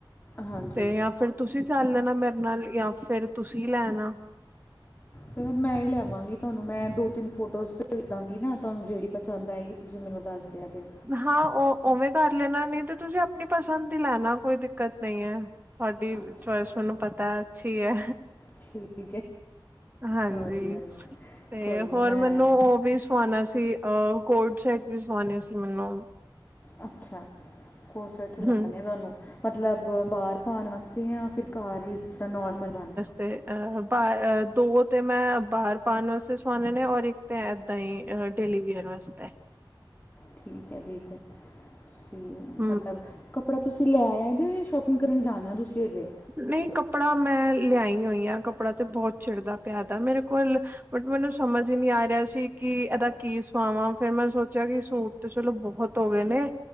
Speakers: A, on the left (about 20°); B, on the right (about 25°).
A: ਹਾਂਜੀ
B: ਤੇ ਜਾਂ ਫਿਰ ਤੁਸੀਂ ਚੱਲ ਲੈਣਾ ਮੇਰੇ ਨਾਲ, ਜਾਂ ਫੇਰ ਤੁਸੀਂ ਲੈ ਆਣਾ।
A: ਚਲੋ ਮੈਂ ਹੀ ਲੈਂ ਆਵਾਂਗੀ, ਤੁਹਾਨੂੰ ਮੈਂ ਦੋ-ਤਿੰਨ ਫੋਟੋਜ਼ ਭੇਜ ਦਾਂਗੀ ਨਾ ਤੁਹਾਨੂੰ ਜਿਹੜੀ ਪਸੰਦ ਆਏਗੀ। ਤੁਸੀਂ ਮੈਨੂੰ ਦੱਸ ਦਿਆ ਜੇ।
B: ਹਾਂ ਉ ਉਵੇਂ ਕਰ ਲੈਣਾ, ਨਹੀਂ ਤੇ ਤੁਸੀਂ ਆਪਣੀ ਪਸੰਦ ਹੀ ਲੈਣਾ ਕੋਈ ਦਿੱਕਤ ਨਹੀਂ ਹੈ। ਤੁਹਾਡੀ
A: ਅੱਛਾ
B: ਚੋਇਸ ਮੈਨੂੰ ਪਤਾ ਅੱਛੀ ਹੈ।
A: ਠੀਕ
B: ਹਾਂਜੀ,
A: ਆ, ਵਧੀਆ ਜੀ
B: ਤੇ
A: ਕੋਈ ਨਹੀਂ
B: ਹੋਰ
A: ਮੈਂ
B: ਮੈਨੂੰ ਉਹ ਵੀ ਸਵਾਣਾ ਸੀ, ਅ ਕੋਟ ਸੈਟ ਵੀ ਸਵਾਣੇ ਸੀ ਮੈਨੂੰ।
A: ਅੱਛਾ, ਕੋਟ-ਸੈਟ ਸਿਲਵਾਨੇ
B: ਹੂੰ
A: ਆ ਤੁਹਾਨੂੰ, ਮਤਲਬ ਬਾਰ ਪਾਨ ਵਾਸਤੇ ਯਾ ਫਿਰ ਘਰ ਈ ਜਿਸ ਤਰ੍ਹਾਂ ਨੋਰਮਲ ਵਨ।
B: 'ਤੇ ਅਹ ਬਾਰ ਅਹ ਦੋ ਤੇ ਮੈਂ, ਬਾਰ ਪਾਨ ਵਾਸਤੇ ਸਵਾਨੇ ਨੇ ਔਰ ਇੱਕ 'ਤੇ ਐਦਾਂ ਈ ਡੇਲੀ ਵਿਅਰ ਵਾਸਤੇ।
A: ਠੀਕ ਐ, ਠੀਕ ਐ। ਤੁਸੀ,
B: ਹੂੰ
A: ਮਤਲਬ ਕੱਪੜਾ ਤੁਸੀਂ ਲੈ ਆਇਆ ਜੇ, ਸ਼ੋਪਿੰਗ ਕਰਨ ਜਾਨੈ ਤੁਸੀਂ ਅਜੇ?
B: ਨਈਂ, ਕੱਪੜਾ ਮੈਂ ਲਿਆਈ ਔਈ ਆ। ਕੱਪੜਾ 'ਤੇ ਬੋਤ ਚਿੜਦਾ ਪੇਆ ਦੈ ਮੇਰੇ ਕੋਲ। ਬਟ ਮੈਨੂੰ ਸਮਝ ਈ ਨੀ ਆ ਰੇਆ ਸੀ, ਕਿ ਏਦਾ ਕੀ ਸੁਆਵਾਂ। ਫੇਰ ਮੈਂ ਸੋਚਿਆ ਕਿ ਸੂਟ! 'ਤੇ ਚਲੋ ਬੋਤ ਹੋ ਗਏ ਨੇ।